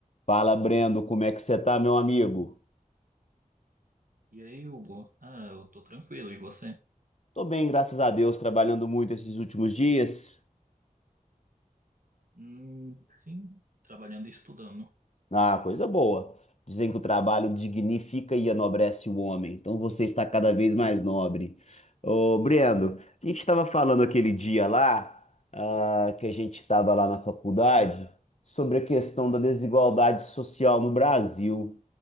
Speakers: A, on the left; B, on the right.
A: Fala, Brendo, como é que você tá, meu amigo?
B: E aí, Hugo? Ah, eu tô tranquilo. E você?
A: Tô bem, graças a Deus, trabalhando muito esses últimos dias.
B: Hum, sim, trabalhando e estudando.
A: Ah, coisa boa. Dizem que o trabalho dignifica e enobrece o homem. Então você está cada vez mais nobre. Ô, Brendo, a gente estava falando aquele dia lá, ah, que a gente estava lá na faculdade, sobre a questão da desigualdade social no Brasil.